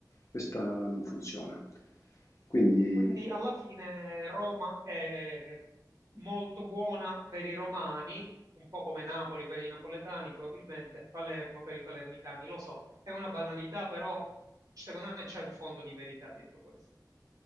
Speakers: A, on the left; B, on the right.
A: questa non funziona. Quindi,
B: Quindi alla fine Roma è molto buona per i romani, un po' come Napoli per i napoletani probabilmente, e Palermo per i palermitani. Lo so, è una banalità, però secondo me c'è un fondo di verità dietro questo.